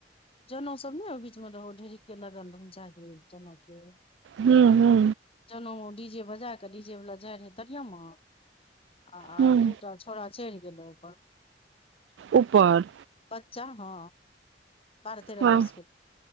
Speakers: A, on the left; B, on the right.
A: जनाउ सब ने ओहि बीच मे रहो ढेरिके लगन रह जनउ के
B: हूँ हूँ
A: जना डी जे बजा क डीज वला जाय रहे तरियमा आ
B: हँ
A: दूटा थोड़ा चढ़ि गेलै ओकर
B: ऊपर
A: बच्चा हँ बारह तेरह
B: हँ
A: बर्षके